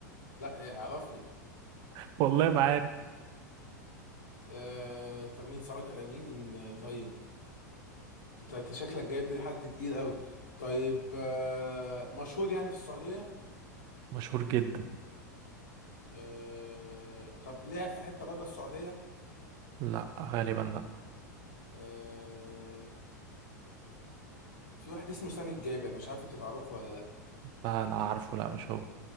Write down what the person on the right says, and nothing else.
<laughs> والله ما عارف
مشهور جدا
لا غالبا لا
لا لا عارفه لا مش هو